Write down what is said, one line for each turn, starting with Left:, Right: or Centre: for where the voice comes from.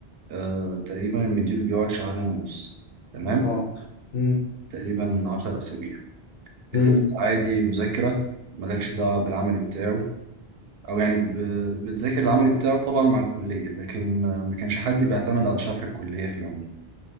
Right: آه تقريبا المديول بيقعد شهرين ونص تمام
Left: اه امم
Right: تقريبا عشر أسابيع بتبقى
Left: امم
Right: عادي مذاكرة مالكش دعوة بالعمل بتاعه أو يعني ب- بتذاكر العمل بتاعه طبعا مع الكلية لكن آه، ما كانش حد بيعتمد على شرح الكلية في العموم